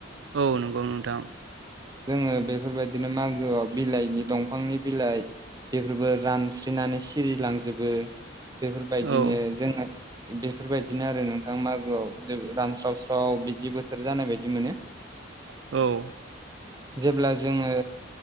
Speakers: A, on the right; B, on the right.
A: औ नोंगौ नोंथां‌।
B: जोङो बेफोरबायदिनो मागोआव बिलाइनि दंफांनि बिलाइ बेफोरबो रानस्रिनानै सिरिलांजोबो बेफोरबायदिनो
A: औ
B: जोङो बेफोरबायदिनो आरो नोंथां मागोआव जों रानस्रावस्राव बिदि बोथोर जानाय बायदि मोनो।
A: औ।
B: जेब्ला जोङो